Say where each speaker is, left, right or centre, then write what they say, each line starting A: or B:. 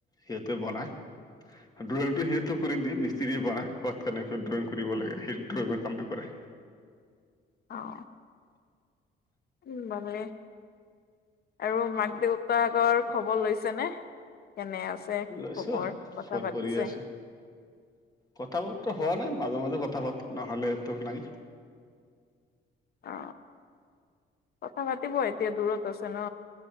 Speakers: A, on the left; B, on the left.
A: সিহঁতে বনায় ড্ৰয়িংটো সেইটো কৰি মিস্ত্ৰীয়ে বনাই কাত কাৰণে কিয় ড্ৰয়িং কৰিব লাগে সেই ড্ৰয়িঙৰ কামটো কৰে।
B: অঁ উম বানলে। আৰু মাক দেউতাকৰ খবৰ লৈছেনে কেনে আছে কি
A: লৈছো
B: খবৰ, কথা
A: ফোন
B: পাতিছে?
A: কৰি আছো। কথা বতৰা হোৱা নাই মাজে মাজে কথা পাতো নহলেতো নাই
B: অ কথা পাতিবই এতিয়া দূৰত আছে ন।